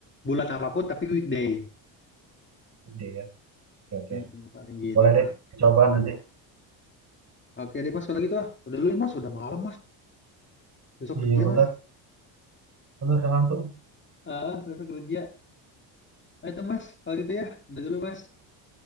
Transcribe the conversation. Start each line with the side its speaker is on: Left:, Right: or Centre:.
Left: Bulan apapun tapi weekday.
Right: ide ya. Oke, oke.
Left: Mm-mm, paling gitu,
Right: Boleh
Left: Mbak.
Right: deh, coba nanti.
Left: Oke deh, Mas. Kalau gitu, ah. udah dulu, ya, Mas. Udah malam, Mas. Besok
Right: Iya
Left: kerja,
Right: benar,
Left: Mas.
Right: benar ngantuk.
Left: Ah, besok kerja. Nah, itu, Mas. Kalau gitu ya. Udah dulu, Mas.